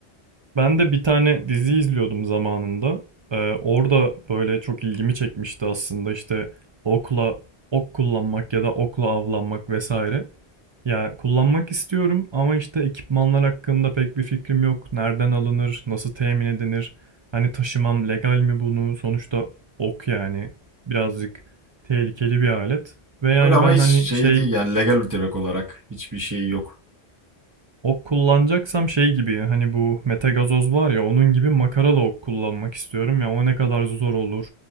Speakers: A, on the right; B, on the right.
A: Ben de bir tane dizi izliyordum zamanında. Ee, orada böyle çok ilgimi çekmişti aslında işte okla ok kullanmak ya da okla avlanmak vesaire. Ya kullanmak istiyorum ama işte ekipmanlar hakkında pek bir fikrim yok. Nereden alınır, nasıl temin edilir? Hani taşımam legal mi bunu? Sonuçta ok yani birazcık tehlikeli bir alet. Ve yani
B: Öyle ama
A: ben
B: hiç
A: hani
B: şey
A: şey
B: değil yani legal direkt olarak hiçbir şey yok.
A: Ok kullanacaksam şey gibi hani bu metagazoz var ya onun gibi makaralı ok kullanmak istiyorum ya o ne kadar zor olur.